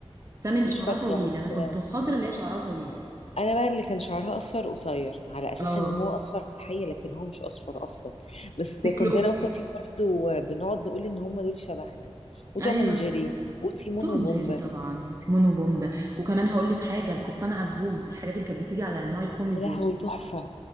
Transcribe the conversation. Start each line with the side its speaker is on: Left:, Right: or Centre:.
Right: سام اللي
Left: مش
Right: شعرها
Left: فاكره
Right: طويل
Left: بس
Right: انا كنت
Left: آه،
Right: الخضر اللي هي شعرها طويل
Left: انا بقى اللي كان شعرها اصفر قصير على اساس
Right: اه
Left: ان هو اصفر في الحقيقه لكن هو مش اصفر اصلا بس
Right: دي
Left: كنت
Right: كلوفر
Left: انا واخوتي برضو آه، بنقعد نقول ان هم دول شبهنا وتوم
Right: ايوه
Left: اند جيري وتيمون
Right: وتوم
Left: وبومبا
Right: جيري طبعا وتيمون وبومبا وكمان هقول لك حاجه القبطان عزوز الحاجات اللي كانت بتيجي على النايل كوميدي
Left: يا لهوي
Right: والحاجات
Left: تحفه
Right: دي.